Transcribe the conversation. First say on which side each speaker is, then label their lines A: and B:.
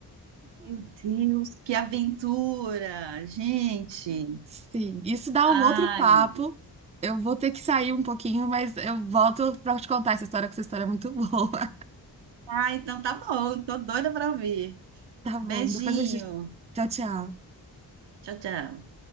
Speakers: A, on the right; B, on the right.
A: Meu Deus, que aventura, gente.
B: Sim, isso dá
A: Ai,
B: um outro papo.
A: meu Deus.
B: Eu vou ter que sair um pouquinho, mas eu volto pra te contar essa história, que essa história é muito boa. <laughs>
A: Ah, então tá bom, tô doida para ouvir.
B: Tá
A: Beijinho.
B: bom, depois a gente. Tchau, tchau.
A: Tchau, tchau.